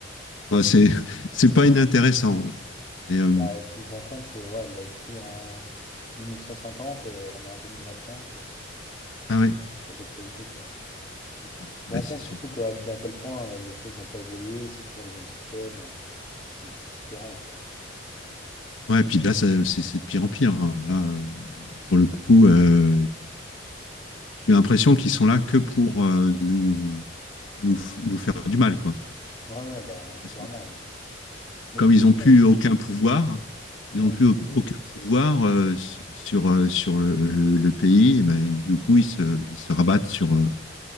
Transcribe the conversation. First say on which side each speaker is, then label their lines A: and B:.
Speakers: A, on the left (about 85°); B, on the left (about 25°).
A: Enfin, c'est, <laughs> c'est pas inintéressant. hein. Et, euh,
B: Bah, tu te rends compte que ouais, elle l'a écrit en 1950, euh, on est en 2025, euh,
A: ah ouais,
B: toujours d'actualité quoi. Tu
A: ouais,
B: te
A: ouais,
B: rends
A: c'est
B: compte
A: sûr.
B: surtout que, à, d'à quel point euh, les choses n'ont pas évolué, c'est toujours les mêmes systèmes, euh, c'est désespérant quoi.
A: Ouais, puis là, ça- c'est c'est de pire en pire. hein. Là, euh, pour le coup, euh, tu as l'impression qu'ils sont là que pour euh, nous, nous, f- nous faire du mal, quoi.
B: Ouais, ouais, bah
A: Parce
B: clairement,
A: que
B: ouais. Mais
A: comme
B: tu
A: ils n'ont plus
B: vois,
A: aucun pouvoir, ils
B: Mm.
A: n'ont plus au- aucun pouvoir euh, su- sur, euh, sur le, le- le pays, et ben, du coup, ils se, ils se rabattent sur, euh,